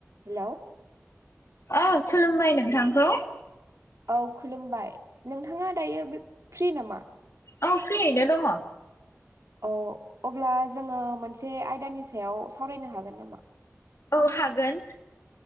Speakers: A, on the right; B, on the left.
A: Hello.
B: ओ खुलुमबाय नोंथांखौ।
A: औ खुलुमबाय। नोंथाङा दायो बे फ्रि नामा?
B: औ फ्रियैनो दङ।
A: अ अब्ला जोङो मोनसे आयदानि सायाव सावरायनो हागोन नामा?
B: ओ हागोन